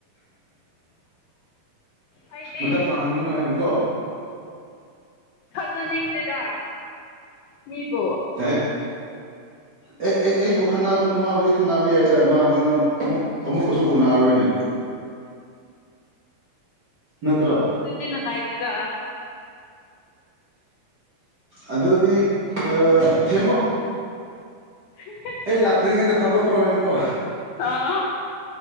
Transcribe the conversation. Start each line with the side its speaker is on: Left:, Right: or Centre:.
Left: ꯑꯩꯗꯤ
Right: ꯃꯇꯝ ꯃꯥꯡꯍꯟꯒꯅꯨ ꯍꯥꯏꯅ ꯀꯣ
Left: ꯈꯥꯅꯅꯤꯡꯗꯦꯗ ꯃꯤꯕꯨ
Right: ꯍꯩ ꯑꯦ ꯑꯩ ꯑꯩꯕꯨ ꯈꯟꯅꯒꯅꯨ ꯃꯥꯕꯨꯗꯤ ꯈꯟꯅꯟꯅꯕ ꯌꯥꯏꯗ ꯃꯥꯕꯨꯗꯤ ꯅꯪ ꯑꯃꯨꯛ ꯑꯃꯨꯛꯀꯁꯨ ꯎꯅꯔꯣꯏꯅꯦ ꯅꯠꯇ꯭ꯔꯣ
Left: ꯑꯗꯨꯗꯤ ꯅꯪꯨꯡꯉꯥꯏꯇꯦꯗ
Right: ꯑꯁ ꯑꯗꯨꯗꯤ ꯑ ꯊꯦꯝꯃꯣ
Left: <unintelligible>
Right: ꯑꯩ ꯂꯥꯛꯇ꯭ꯔꯤꯉꯩꯗ ꯊꯥꯗꯣꯛꯈ꯭ꯔꯣ ꯍꯥꯏꯅꯨꯀꯣ
Left: ꯑꯥ